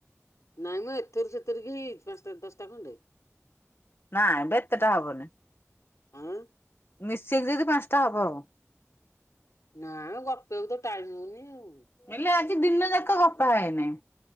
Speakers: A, on the left (about 90°); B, on the left (about 50°).
A: ନାଇଁମଁ ଏଥିରୁ ସେଥୁରୁ ହେଇ ପାଞ୍ଚଟା ଦଶଟା ଖଣ୍ଡେ।
B: ନାଇଁବେ ଏତେଟା ହବନି।
A: ଆଉ
B: ମିଶିକି ଯଦି ପାଞ୍ଚଟା ହବ ଆଉ।
A: ନା ମଁ ଗପିବାକୁ ତ ଟାଇମ ହୋଉନି ଆଉ।
B: ହେଲେ ଆଜି ଦିନଯାକ ଗପା ହେଇନେଇଁ।